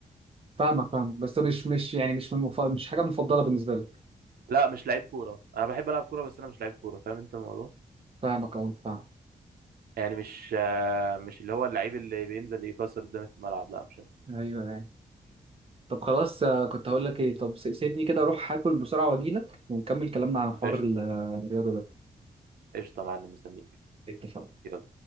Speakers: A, on the right; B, on the right.
A: فاهمك فاهمك بس مش مش يعني مش من المف... مش حاجه مفضله بالنسبه لك
B: لا مش لعيب كورة أنا بحب ألعب كورة بس أنا مش لعيب كورة فاهم أنت الموضوع
A: فاهمك اه فاهمك
B: يعني مش آه، مش اللي هو اللعيب اللي بينزل يكسر الدنيا في الملعب لا مش أنا
A: ايوه يعني طب خلاص آه، كنت هقول لك ايه طب س- سيبني كده اروح هاكل بسرعة واجيلك ونكمل كلامنا عن حوار
B: قشطة
A: ال- الرياضة ده
B: قشطة يا معلم مستنيك
A: اتفقنا
B: يلا